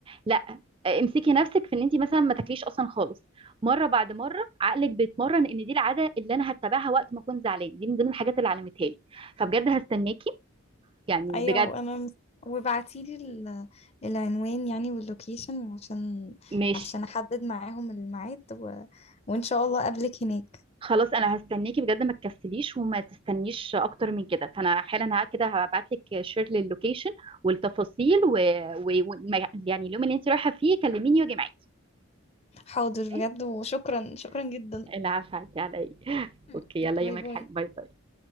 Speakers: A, on the right; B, on the left.
A: لا آه، امسكي نفسك في ان انت مثلا ما تاكليش اصلا خالص مره بعد مره عقلك بيتمرن ان دي العاده اللي انا هتبعها وقت ما اكون زعلان دي من ضمن الحاجات اللي علمتها لي فبجد هستناكي يعني
B: ايوه
A: بجد
B: انا وبعتيلي ال- العنوان يعني واللوكيشن عشان
A: ماشي
B: عشان احدد معاهم الميعاد و... وان شاء الله اقابلك هناك
A: خلاص انا هستناكي بجد ما تكسليش وما تستنيش اكتر من كده فانا حالا ها كده هبعت لك شير للوكيشن والتفاصيل و... و... و... ما- يعني اليوم اللي انت رايحه فيه كلميني واجي معاكي
B: حاضر
A: تمام؟
B: بجد وشكرا شكرا جدا
A: العفو عليكي على ايه <laughs>
B: <laughs>
A: اوكي يلا
B: باي
A: يومك
B: باي
A: حلو باي باي